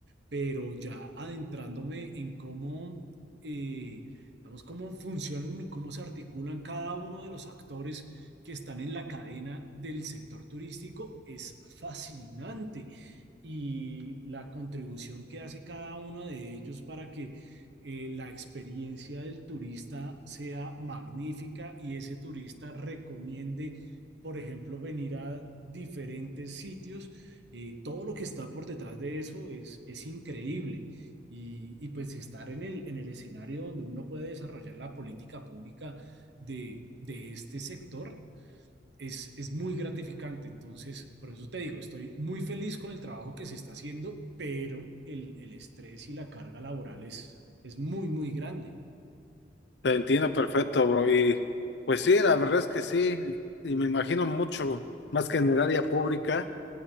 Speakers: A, on the right (about 70°); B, on the left (about 70°).
A: pero ya adentrándome en cómo, eh, digamos, cómo funcionan y cómo se articulan cada uno de los actores que están en la cadena del sector turístico, es fascinante. Y la contribución que hace cada uno de ellos para que eh, la experiencia del turista sea magnífica y ese turista recomiende, por ejemplo, venir a diferentes sitios eh, todo lo que está por detrás de eso es, es increíble. Y, y, pues estar en el, en el escenario donde uno puede desarrollar la política pública de, de este sector es, es muy gratificante. Entonces, por eso te digo, estoy muy feliz con el trabajo que se está haciendo, pero el, el estrés y la carga laboral es, es muy, muy grande.
B: Te entiendo perfecto, bro. Y, pues sí, la verdad es que sí. Y me imagino mucho, más que en el área pública.